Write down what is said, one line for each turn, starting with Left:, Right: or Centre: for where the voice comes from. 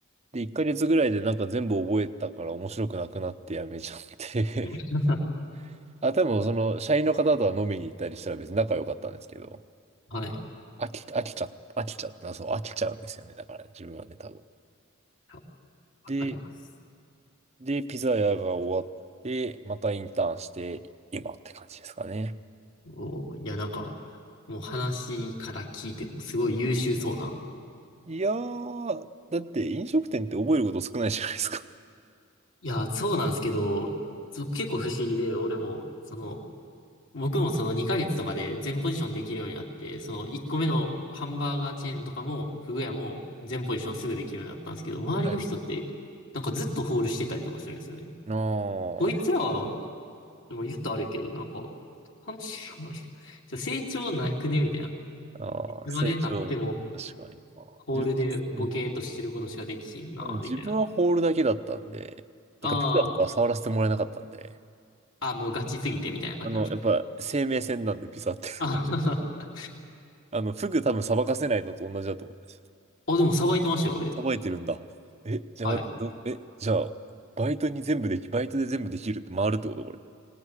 Right: で、1ヶ月ぐらいでなんか全部覚えたから面白くなくなってやめちゃって
Left: <laughs>
Right: <laughs> あ、多分その、社員の方とは飲みに行ったりしたら別に仲良かったんですけど、
Left: はい。
Right: 飽き、飽きちゃった、飽きちゃった、そう、飽きちゃうんですよね。だからね、自分はね、多分。
Left: あわ
Right: で、
Left: かります。
Right: で、ピザ屋が終わって、またインターンして、今って感じですかね。
Left: おおいや、なんか、もう話から聞いてもすごい優秀そうな。
Right: いやー、だって飲食店って覚えること少ないじゃないですか。
Left: いや、そうなんですけど、そう結構不思議で、俺も、その、僕もその2ヶ月とかで全ポジションできるようになって、その1個目のハンバーガーチェーンとかも、フグ屋も全ポジションすぐできるようになったんですけど、周りの人って、
Right: はい。
Left: なんかずっとホールしてたりとかするんですよね。
Right: あー
Left: こいつらは、でも言ったら悪いけど、なんか、楽しいな、<laughs> ちょっ成長なくねみたいな。
Right: あー、
Left: いつまで経っても、
Right: 成長、確かにな。
Left: ホールでボケーっとしてることしかできひんな、
Right: 自分、うん、あの自分はホールだけだったんで、
Left: みたいな。あー
Right: なんかピザとかは触らせてもらえなかったんで、
Left: あ、もうガチすぎて、みたいな感じなんですか。
Right: あの、やっぱ生命線なんでピザって。<laughs>
Left: あ、<laughs>
Right: あの、フグ多分さばかせないのと同じだと思うんですよ。
Left: あでもさばいてましたよ、俺。
Right: さばいてるんだ。え、じゃあ待って、
Left: はい。
Right: ど、え、じゃあ、バイトに全部でき、バイトで全部できるって回るってことこれ。